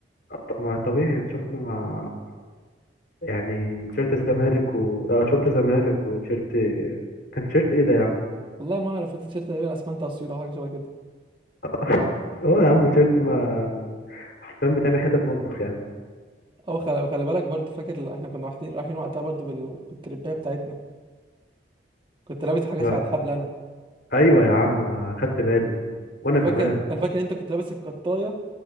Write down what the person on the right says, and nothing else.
والله ما أعرف التيشيرت تقريبا أسمنت أسيوط أو حاجة شبه كده
أو خلي, خلي بالك برضه فاكر إحنا كنا رايحين رايحين وقتها برضه بال... بالترباية بتاعتنا كنت لابس حاجات
اللي على حبل أنا
أنا
فاكر أنا فاكر إن أنت كنت لابس القطاية